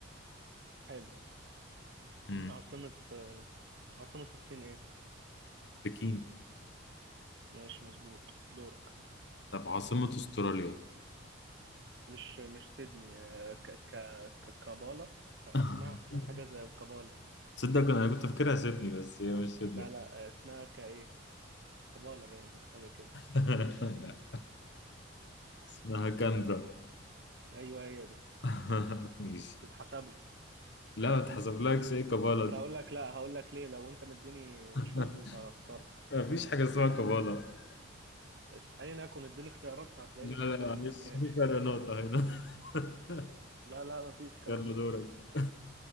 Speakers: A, on the right; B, on the left.
A: حلو
B: مم.
A: عاصمة آه، عاصمة الصين ايه
B: بكين
A: ماشي مظبوط دورك
B: طب عاصمة أستراليا
A: مش مش سيدني آه، ك ك ك- كابالا ك- اسمها
B: <laughs>
A: حاجة زي كابالا
B: تصدق أنا كنت فاكرها سيدني بس هي مش سيدني
A: لا لا آه، اسمها كايه كابالا باين او حاجة كده
B: <laughs> لا اسمها كانبرا
A: ايوه هي دي
B: <laughs> ماشي
A: تتحسب لي
B: لا ما تحسبلكش ايه كبالة
A: بس هقول لك لا هقول لك ليه لو انت مديني
B: <laughs>
A: تشوز هختارها
B: مفيش حاجة اسمها كبالة
A: اس- ايا يكن اديني اختيارات هتلاقيني
B: لا
A: بختار
B: لا
A: اللي
B: معلش
A: بالكاف
B: في فرق نقطة هنا <laughs>
A: لا لا مفيش الكلام
B: يلا
A: ده
B: دورك